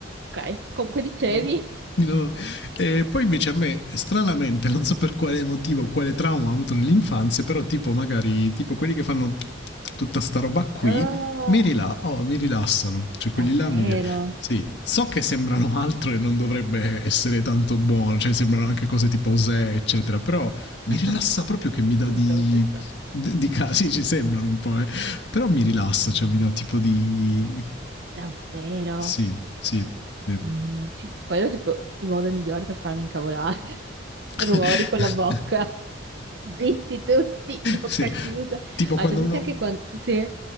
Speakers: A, on the right; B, on the left.
A: Ok, comunque dicevi,
B: Eh, No. E poi invece a me, stranamente, non so per quale motivo, quale trauma ho avuto nell'infanzia, però tipo magari, tipo quelli che fanno tutta sta roba qui,
A: Oh,
B: mi, rila- oh, mi rilassano, cioè quelli
A: davvero?
B: là mi rilassano. Sì, so che sembrano <laughs> altro e non dovrebbe essere tanto buono, cioè sembrano anche cose tipo Zè, eccetera, però
A: <laughs>
B: mi rilassa proprio che mi dà
A: non
B: di...
A: ci avevo pensato.
B: di, di ca- sì, ci sembrano un po', eh. però mi rilassa,
A: No,
B: cioè mi dà tipo di...
A: davvero?
B: Sì, sì, sì.
A: Mm, ci- quello è tipo il modo migliore per farmi incavolare. <laughs>
B: <laughs>
A: Rumori con la bocca. Zitti tutti, bocca
B: Sì,
A: chiusa.
B: tipo
A: Hai
B: quando
A: presente
B: uno
A: anche con... Sì,